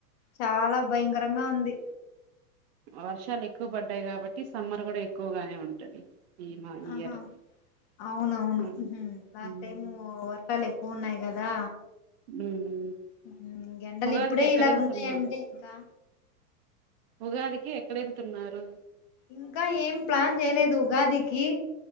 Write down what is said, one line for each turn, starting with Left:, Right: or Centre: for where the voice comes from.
Left: చాలా భయంకర రంగా ఉంది
Right: వర్షాలు ఎక్కువ పడ్డాయి కాబట్టి సమ్మర్ గుడా ఎక్కువగానే ఉంటది ఈ మా ఇయర్
Left: ఆహా అవునవును
Right: ఉమ్
Left: ఉహు లాస్ట్
Right: ఉమ్
Left: టైము వర్షా లెక్ వున్నాయి గదా
Right: ఉమ్
Left: ఉహు ఎండలు
Right: ఉగాదికి
Left: ఇప్పుడే
Right: ఎక్కడ
Left: ఇలాగ్
Right: వెళ్తున్నా
Left: ఉంటాయి అంటే ఇంకా
Right: ఉగాదికి ఎక్కడెంత తున్నారు
Left: ఇంకా ఏం ప్లాన్ చేయలేదు ఉగాదికి